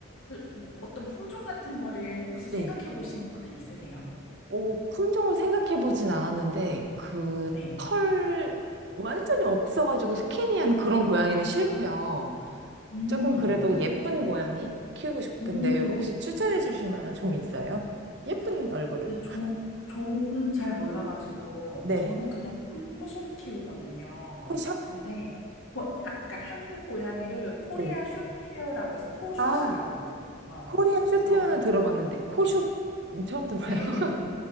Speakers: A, on the left; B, on the right.
A: 뭐 어떤 품종 같은 거를 혹시 생각해
B: 네.
A: 보신 거는 있으세요?
B: 어, 품종을 생각해보진 않았는데, 그,
A: 네.
B: 털, 완전히 없어가지고 스키니한 그런 고양이는 싫고요.
A: 음.
B: 조금 그래도 예쁜 고양이 키우고 싶은데
A: 음.
B: 혹시 추천해 주실 만한 종이 있어요? 예쁜 얼굴.
A: 근데 종, 종은 잘 몰라가지고
B: 네.
A: 저는 그냥 코- 코숏 키우거든요.
B: 코숏?
A: 근데 고- 하- 그러니까 한국 고양이를 코리아
B: 네.
A: 숏헤어라고 해서 코숏이라고
B: 아,
A: 불러요.
B: 코리안 쇼테어는
A: 그래서
B: 들어봤는데 코숏 처음 들어봐요.
A: 네,
B: <laughs>
A: 이렇게